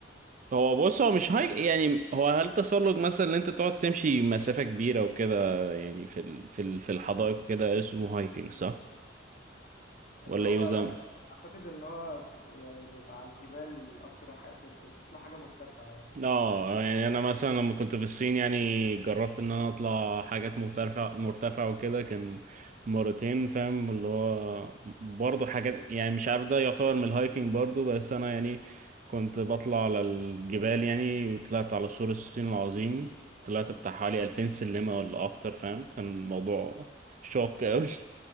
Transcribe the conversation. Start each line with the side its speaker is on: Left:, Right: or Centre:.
Right: هو بص هو مش هاي يعني هو هل تسلق مثلا ان انت تقعد تمشي مسافة كبيرة وكده يعني في ال... في ال... في الحدائق وكده اسمه هايكنج صح؟ ولا
Left: اللي هو
Right: ايه بالظبط
Left: لا اعتقد ان هو يعني بيبقى على الجبال اكتر حاجة تت- تطلع حاجة مرتفعة يعني
Right: اه يعني انا مثلا لما كنت في الصين يعني جربت ان انا اطلع حاجات مرتفع مرتفع وكده كان مرتين فاهم اللي هو برضه حاجات يعني مش عارف ده يعتبر من الهايكنج برضه بس انا يعني كنت بطلع على الجبال يعني وطلعت على سور الصين العظيم طلعت بتاع حوالي 2000 سلمة ولا اكتر فاهم كان الموضوع شاق قوي